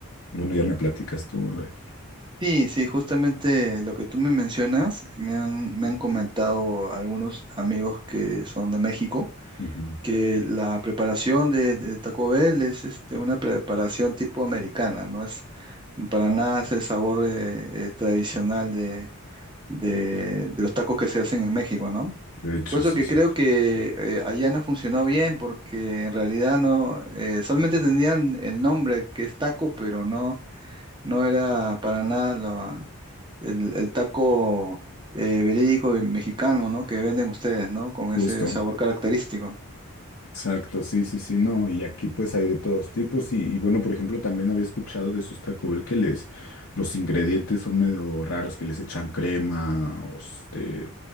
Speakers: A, on the left; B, on the right.
A: bueno, ya me platicas tú, a ver.
B: sí, sí, justamente lo que tú me mencionas, me han, me han comentado algunos amigos que son de México
A: Ujú.
B: que la preparación de, de Taco Bell es este, una preparación tipo americana, no es para nada es el sabor eh, eh, tradicional de, de- de los tacos que se hacen en México, ¿no?
A: De hecho,
B: Por eso
A: sí,
B: que
A: sí.
B: creo que eh, allá no funcionó bien porque en realidad no, eh, solamente tenían el nombre que es taco, pero no, no era para nada la- el, el taco eh, verídico y mexicano, ¿no? Que venden ustedes, ¿no? Con
A: Justo.
B: ese sabor característico.
A: Exacto, sí, sí, sí, no, y aquí pues hay de todos tipos y, y bueno, por ejemplo, también había escuchado de esos Taco Bell que les, los ingredientes son medio raros, que les echan crema o, este,